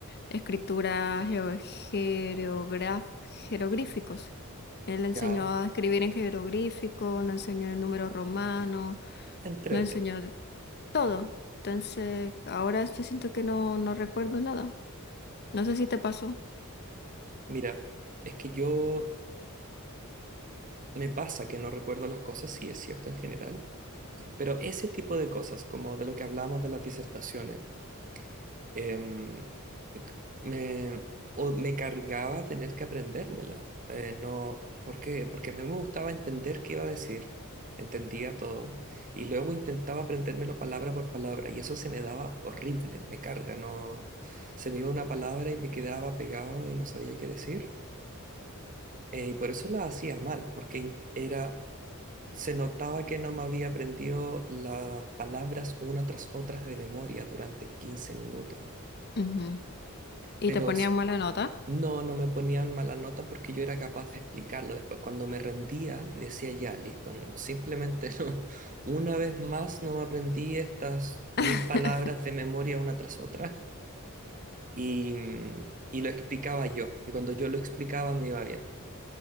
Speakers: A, on the left; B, on the right.
A: escritura geo- jerogra- jeroglíficos. Él le enseñó
B: ya,
A: a escribir en jeroglífico, nos enseñó en números romanos,
B: entrete.
A: nos enseñó de- todo. Entonces, ahora yo siento que no, no recuerdo nada. No sé si te pasó.
B: Mira, es que yo me pasa que no recuerdo las cosas, sí, es cierto en general, pero ese tipo de cosas, como de lo que hablamos de las disertaciones, em, me, o me cargaba tener que aprendérmela. Eh, no, ¿por qué? Porque a mí me gustaba entender qué iba a decir, entendía todo, y luego intentaba aprendérmelo palabra por palabra, y eso se me daba horrible, me carga, no, se me iba una palabra y me quedaba pegado y no sabía qué decir, eh, y por eso la hacía mal, porque in- era, se notaba que no me había aprendido las palabras una tras otras de memoria durante quince minutos
A: Ujú. ¿Y
B: pero
A: te ponían
B: s-
A: mala nota?
B: No, no me ponían mala nota porque yo era capaz de explicarlo después cuando me rendía y decía ya, listo, no, simplemente <laughs> no. Una vez más no me aprendí estas mil
A: <laughs>
B: palabras de memoria una tras otra y, mm, y lo explicaba yo. Y cuando yo lo explicaba me iba bien.